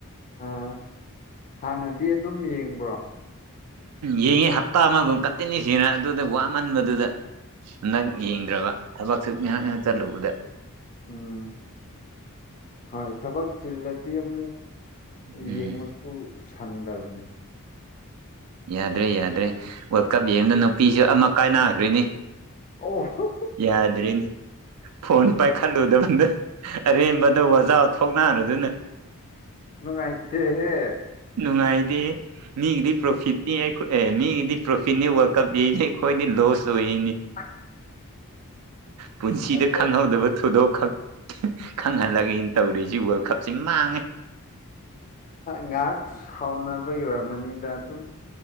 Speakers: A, on the left; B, on the right.
A: ꯑꯥ ꯍꯥꯟꯅꯗꯤ ꯑꯗꯨꯝ ꯌꯦꯡꯕ꯭ꯔꯣ
B: ꯌꯦꯡꯉꯤ ꯍꯞꯇꯥ ꯑꯃꯒꯨꯝ ꯀꯟꯇꯤꯅꯌꯨꯁꯤꯅ ꯑꯗꯨꯗ ꯋꯥꯃꯟꯕꯗꯨꯗ ꯍꯟꯗꯛ
A: ꯑꯣ
B: ꯌꯦꯡꯗ꯭ꯔꯕ ꯊꯕꯛꯁꯨ ꯉꯥꯏꯍꯥꯛ ꯉꯥꯏꯍꯥꯛ
A: ꯑꯣ
B: ꯆꯠꯂꯨꯕꯗ
A: ꯎꯝ ꯍꯣꯏ ꯊꯕꯛ ꯆꯤꯜꯂꯗꯤ ꯑꯃꯨꯛ
B: ꯎꯝ
A: ꯌꯦꯡꯕꯁꯨ ꯁꯪꯗꯝꯅꯤ
B: ꯌꯥꯗ꯭ꯔꯦ ꯌꯥꯗ꯭ꯔꯦ ꯋꯥꯔꯜꯗ ꯀꯞ ꯌꯦꯡꯗꯅ ꯅꯨꯄꯤꯁꯨ ꯑꯃ ꯀꯥꯏꯅꯈ꯭ꯔꯤꯅꯤ
A: ꯑꯣ
B: ꯌꯥꯗ꯭ꯔꯤ ꯐꯣꯟ ꯄꯥꯏ ꯈꯜꯂꯨꯗꯕꯗ ꯑꯔꯦꯝꯕꯗꯥ ꯋꯥꯖꯥꯎ ꯊꯣꯛꯅꯔꯗꯨꯅ
A: ꯅꯪꯉꯥꯏꯇꯦꯍꯦ
B: ꯅꯨꯡꯉꯥꯏꯗꯦ ꯃꯤꯒꯤꯗꯤ ꯄ꯭ꯔꯣꯐꯤꯠꯅꯤ ꯑꯦ ꯃꯤꯒꯤꯗꯤ ꯄ꯭ꯔꯣꯐꯤꯠꯅꯤ ꯋꯥꯔ꯭ꯜ ꯀꯞ ꯌꯦꯡꯅꯤ ꯑꯩꯈꯣꯏꯗꯤ ꯂꯣꯁ ꯑꯣꯏꯅꯤ
A: ꯑꯥ
B: ꯄꯨꯟꯁꯤꯗ
A: ꯑꯗꯣ
B: ꯈꯪꯍꯧꯗꯕ ꯊꯧꯗꯣꯛꯈꯛ ꯈꯪꯍꯜꯂꯒꯦꯅ ꯇꯧꯔꯤꯁꯤ ꯋꯥꯔꯜ ꯀꯞꯁꯤ ꯃꯥꯡꯉꯦ
A: ꯉꯥꯏꯍꯥꯛ ꯁꯥꯎꯅꯕ ꯑꯣꯏꯔꯝꯃꯅꯤꯗ ꯑꯗꯨꯝ